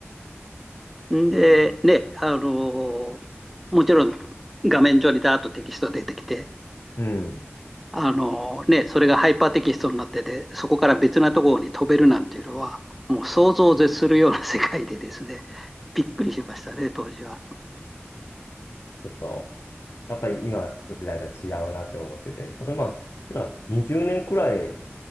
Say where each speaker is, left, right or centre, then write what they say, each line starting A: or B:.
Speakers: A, in the centre; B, on the left (about 70°).
A: で、ね、あのーもちろん画面上にダーッとテキスト出てきて、
B: うん。ち
A: あのーね、それがハイパーテキストになってて、そこから別なところに飛べるなんていうのは、もう想像を絶するような世界でですね、びっくりしましたね、当時は。
B: ょっと、やっぱり今の時代とは違うなって思ってて、ほんとまあ、普段20年くらい